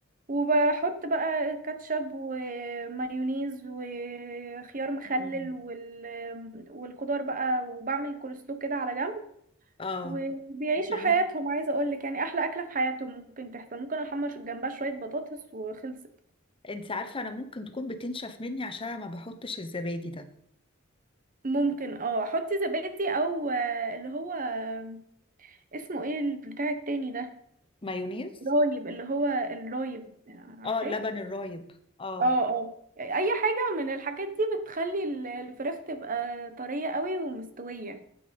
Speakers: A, on the right; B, on the left.
A: وبحط بقى كاتشب ومايونيز وخيار مخلل
B: مم.
A: وال... والخضار بقى وبعمل كولسلو كده على جنب
B: اه
A: وبيعيشوا
B: بتعمل
A: حياتهم عايزه اقول لك يعني احلى اكله في حياتهم ممكن تحصل ممكن احمر جنبها شويه بطاطس وخلصت
B: انت عارفة انا ممكن تكون بتنشف مني عشان أنا ما بحطش الزبادي ده
A: ممكن اه احط زبادي او آه، اللي هو آه، اسمه ايه البتاع التاني ده
B: مايونيز
A: رايب اللي هو الرايب عارفاه
B: اه اللبن الرايب اه
A: اه اه اي حاجه من الحاجات دي بتخلي ال- الفراخ تبقى طريه قوي ومستويه